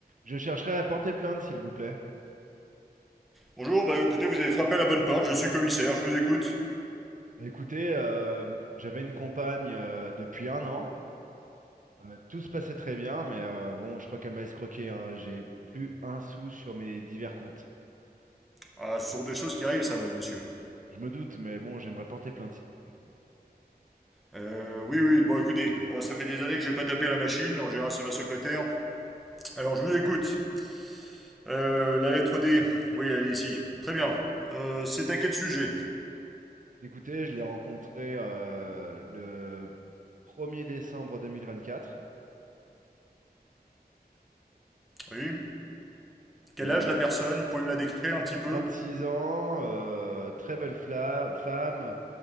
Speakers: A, on the right; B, in the centre.
A: Je chercherais à porter plainte, s'il vous plaît.
B: Bonjour, bah écoutez, vous avez frappé à la bonne porte, je suis commissaire, je vous écoute.
A: Écoutez, euh, j'avais une compagne euh, depuis un an. Euh, tout se passait très bien, mais euh, bon, je crois qu'elle m'a escroqué. hein. J'ai plus un sou sur mes divers comptes.
B: Ah, ce sont des choses qui arrivent, ça, même, monsieur.
A: Je me doute, mais bon, j'aimerais porter plainte, s'il vous plaît.
B: Euh, oui, oui, bon, écoutez, oh, ça fait des années que j'ai pas tapé à la machine, en général, c'est ma secrétaire. Alors, je vous écoute. Euh, la lettre D, oui, elle est ici. Très bien. Euh, c'est à quel sujet
A: Écoutez, je l'ai rencontrée euh, le 1er décembre 2024.
B: Oui. Quel
A: Et, euh,
B: âge la personne Vous Pouvez me la décrire un petit peu
A: six ans, euh, très belle fla- femme,